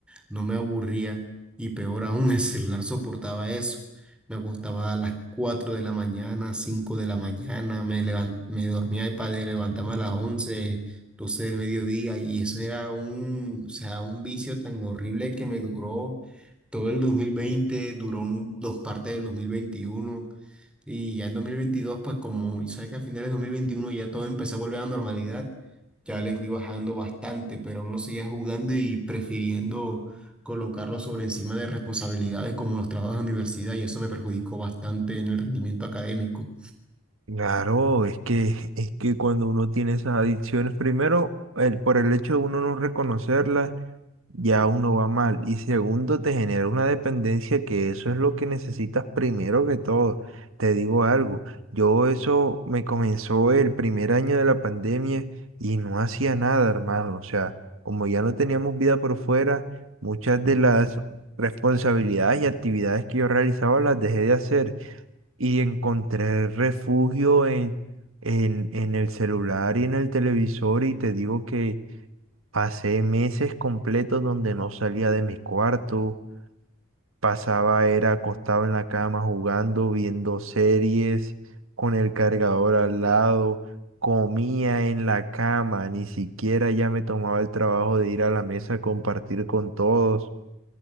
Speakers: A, in the centre; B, on the right (about 75°).
A: no me aburría y peor aún <laughs> el celular soportaba eso. Me acostaba a las 4 de la mañana, 5 de la mañana, me, levan- me dormía para levantarme a las 11 12 del mediodía, y eso era un, o sea, un vicio tan horrible que me duró todo el dos mil veinte duró un- dos partes del dos mil veintiuno y ya en dos mil veintidós pues como sabes que a finales de 2021 ya todo empezó a volver a la normalidad, ya le fui bajando bastante, pero aún no seguía jugando y prefiriendo colocarlo sobre encima de responsabilidades como los trabajos de la universidad, y eso me perjudicó bastante en el rendimiento académico.
B: Claro, es que, es que cuando uno tiene esas adicciones, primero, el, por el hecho de uno no reconocerlas, ya uno va mal. Y segundo, te genera una dependencia que eso es lo que necesitas primero que todo. Te digo algo, yo eso me comenzó el primer año de la pandemia y no hacía nada, hermano. O sea, como ya no teníamos vida por fuera, muchas de las responsabilidades y actividades que yo realizaba las dejé de hacer y encontré refugio en, en, en el celular y en el televisor y te digo que pasé meses completos donde no salía de mi cuarto, pasaba, era acostado en la cama jugando, viendo series, con el cargador al lado, comía en la cama, ni siquiera ya me tomaba el trabajo de ir a la mesa a compartir con todos.